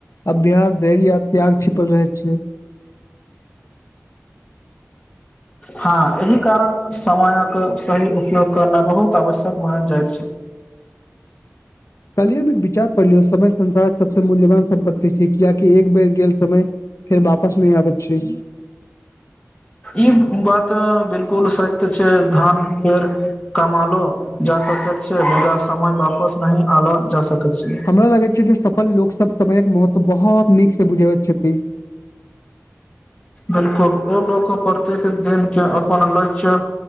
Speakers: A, on the left; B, on the left.
A: अभ्यास धैर या, त्याग छिपल रहै छै।
B: हँ एहि कारण समयक सही उपयोग करनाइ, 'बहुत' आवश्यक मानल जाइत छै।
A: काइल एक विचार पढ़लियौ, समय संसारक सबसे मूल्यवान सम्पत्ति छै, कियाकि, एक बेर गेल समय फेर वापस नहि आबैत छै।
B: ई बात 'बिलकुल' सत्य छै, धान फेर कमैलो जा सकैत छै, मुदा समय वापस न आनल जा सकैत। छै
A: हमरा लागैत छै जे, सफल लोक सब समयक महत्व बहोत नीक से बुझाबैत छथि।
B: बिलकुल ओ लोक प्रत्येक दिनके अपन लक्ष्य